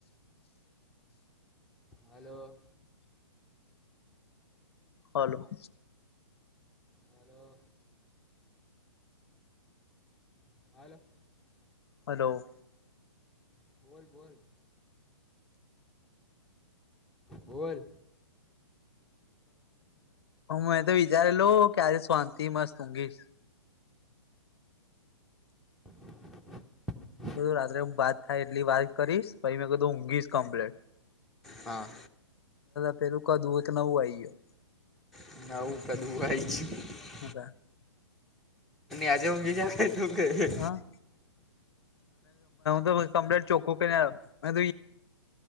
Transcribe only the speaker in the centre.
હાલો
હાલો <inaudible>
- <inaudible> બોલ
<inaudible>
હા
<unintelligible>
આજે ઊંઘી <inaudible>